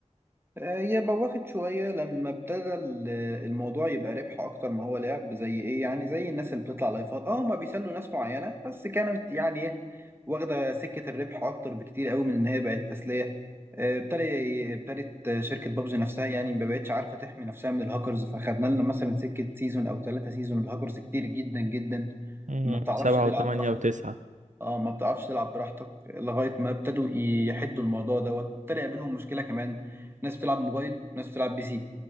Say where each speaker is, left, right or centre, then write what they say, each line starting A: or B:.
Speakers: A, on the right (about 20°); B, on the right (about 80°).
A: آه، هي بوخت شوية لما ابتدى ال- الموضوع يبقى ربح أكتر ما هو لعب زي إيه يعني زي الناس اللي بتطلع لايفات أه هما بيسلوا ناس معينة بس كانت يعني إيه واخدة سكة الربح أكتر بكتير قوي من إن هي بقت تسلية آه، ابتدى ابتدت شركة بابجي نفسها يعني ما بقتش عارفة تحمي نفسها من الهاكرز فخدنا لنا مثلا سكة سيزون أو ثلاثة سيزون الهاكرز كتير جدا جدا
B: امم
A: ما بتعرفش
B: سبعة
A: تلعب
B: وثمانية
A: براحتك
B: وتسعة
A: اه ما بتعرفش تلعب براحتك لغاية ما ابتدوا يحدوا الموضوع دوت ابتدى يقابلهم مشكلة كمان ناس بتلعب موبايل وناس بتلعب بي سي